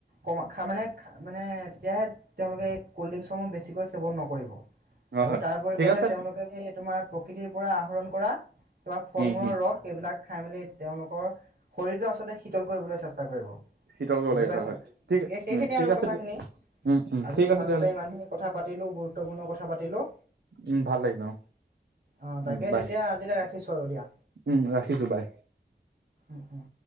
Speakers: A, on the right; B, on the right.
A: কমা খামানে মানে তেতিয়াহে তেওঁলোকে এই কল্ড ড্ৰিংকছসমূহ বেছিকৈ সেৱন নকৰিব
B: হয়
A: আৰু
B: হয়
A: তাৰ পৰিৱৰ্তে
B: ঠিক আছে
A: তেওঁলোকে সেই তোমাৰ প্ৰকৃতিৰ পৰা আহৰণ কৰা তোমাৰ ফল
B: উম
A: মূলৰ
B: হম
A: ৰস সেইবিলাক খাই মেলি তেওঁলোকৰ শৰীৰটো আচলতে শীতল কৰিবলৈ চেষ্টা কৰিব
B: শীতল কৰিব
A: বুজি
B: লাগে
A: পাইছা
B: হয় হয়
A: গতিকে
B: ঠিক
A: সেইখিনি
B: উম ঠিক
A: আৰু
B: আছে
A: কথা খিনি
B: উম উম
A: আজি
B: ঠিক
A: তোমাৰ
B: আছে তেতিয়াহ'লে
A: সৈতে ইমান খিনি কথা পাতিলো গুৰুত্বপূৰ্ণ কথা পাতিলো
B: উম ভাল লাগিল। অ
A: অ তাকে
B: উম বাই
A: তেতিয়া আজিলৈ ৰাখিছো আৰু দিয়া
B: উম ৰাখিছোঁ বাই
A: উম উম